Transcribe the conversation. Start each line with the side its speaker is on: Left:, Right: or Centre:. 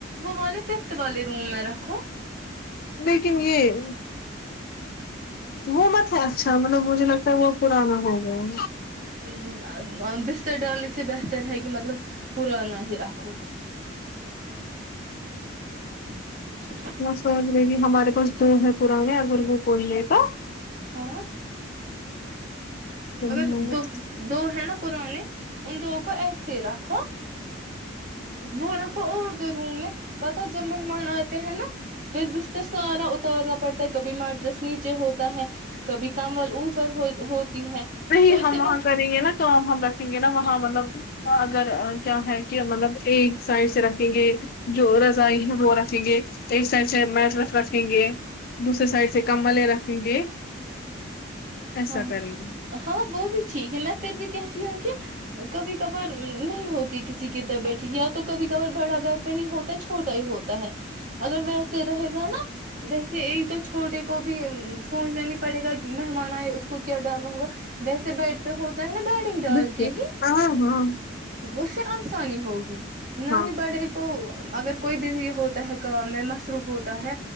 Right: وہ والے ففتھ والے روم میں رکھو
Left: لیکن یہ وہ مطلب اچھا مطلب مجھے لگتا ہے وہ پرانا ہو ھم
Right: ہ ب <inaudible> ر ڈالنے سے بہتر ہے کہ مطلب پرانا ہی رکھو <inaudible>
Left: سوی ہمارے پاس دو ہیں پرانے اگر وہ بول لے تو
Right: ہاں
Left: تو ہم
Right: اگر دو دو ہیں نا پرانے ان دووں کو ایسیرا و وہ رکھو اور د روم میں پتا جب مہمان آتے ہیں نا پھر بستر س آارا اتارنا پڑتا ہے کبھی ماٹرس نیچے ہوتا ہے کبھی کم وال اوپر ہوتی ہے
Left: نہیں
Right: تو
Left: ہم
Right: اس سے
Left: وہاں کریں گے نا کام ہم رکھیں گے نا وہاں مطلب اگر کیا ہے کہ مطلب ایک سائڈ سے رکھیں گے جو رزاائی ہیں ہو رہ سیں گ ایک سائڈ سے میٹ رف رکھیں گے دوسرے سائڈ سے کمبلے رکھیں گے ایسا
Right: ہاں
Left: کریے
Right: ہاں وہ بھی ٹھیک ہے میں پھر بھی کہتی ہوں کہ کبھی کبھار نہیں ہوتی کسی کی طبیعت یا تو کبھی کبھار بڑا گھر پہ نہیں ہوتا چھوٹا ہی ہوتا ہے اگر ویسے رہے گا نا ویسے ایک تو چھوٹے کو بھی سوچنا نہیں پڑے گا مہمان آئے اس کو کیا ڈالنا ہوگا ویسے بیڈ پہ ہوتا ہے نا بیڈنگ ڈال
Left: بس
Right: کے ہی
Left: ہاں ہاں
Right: اس سے آسانی ہوگی نہیں
Left: ہاں
Right: ہی بڑھے کو اگر کوئی بزی ہوتا ہے کام میں مصروف ہوتا ہے